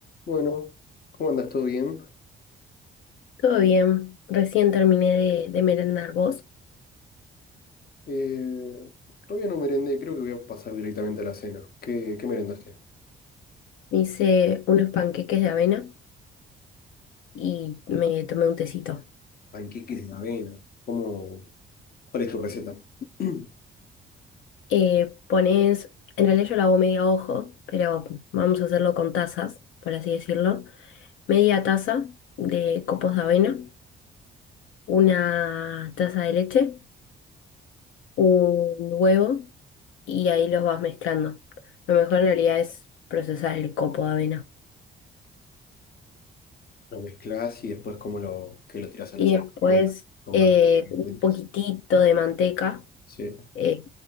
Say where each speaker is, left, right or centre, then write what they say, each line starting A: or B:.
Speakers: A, on the left; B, on the left.
A: Bueno, ¿cómo andas? ¿Todo bien?
B: Todo bien, recién terminé de, de merendar vos.
A: Eh, todavía no merendé, creo que voy a pasar directamente a la cena. ¿Qué, qué merendaste?
B: Me hice unos panqueques de avena y me tomé un tecito.
A: Panqueques de avena. ¿Cómo? ¿Cuál es tu receta? <clears throat>
B: Eh, pones, en realidad yo lo hago medio ojo, pero vamos a hacerlo con tazas, por así decirlo. Media taza de copos de avena, una taza de leche, un huevo y ahí los vas mezclando. Lo mejor en realidad es procesar el copo de avena.
A: Lo mezclas y después cómo lo, que lo tiras a
B: Y
A: la sartén
B: después
A: con
B: eh,
A: manteca,
B: un
A: le tirás.
B: poquitito de manteca
A: Sí.
B: eh,